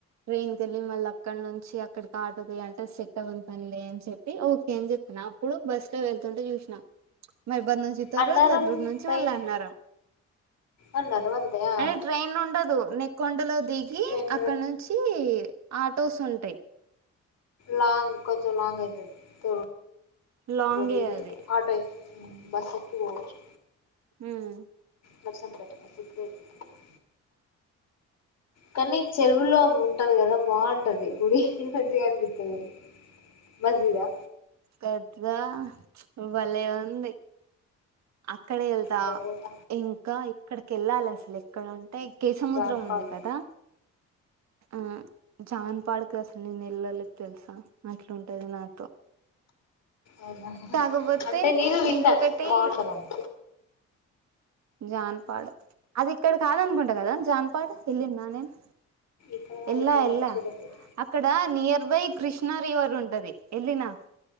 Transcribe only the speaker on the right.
ట్రైన్ కెళ్ళి మళ్ళక్కడ నుంచి అక్కడికి ఆటోకి అంటే సెట్ అవ్వని పనిలే అని చెప్పి ఓకే అని చెప్పిన అప్పుడు బస్ లో వెళ్తుంటే చూసినా మా ఇబ్బ నుంచి తొర్రూరు
తొర్రూరు నుంచి
మళ్ళీ అన్నారం
అంటే ట్రైన్ ఉండదు మెక్కొండలో ది కీ
అక్కనుంచి ఆటోస్ ఉంటయి
లాంగే
అది
మ్మ్
కద్దా భలే ఉంది అక్కడ వెళ్తా
ఇంకా అక్కడికెళ్ళాలి అసలు ఎక్కడంటే కే సముద్రం
ఉంది కదా ఆ జాన్పాడు కసలు నేనెల్లలి తెలుసా అట్లుంటది నాతో
కాకపోతే
ఇంకొకటి
జాన్పాడ్ అది ఇక్కడ కాదనుకుంటా కదా జాన్పాడ్ వెళ్ళిన్న నేను
ఎల్లా
ఎల్లా
అక్కడ నియర్ బై కృష్ణ రివరుంటది ఎల్లి నా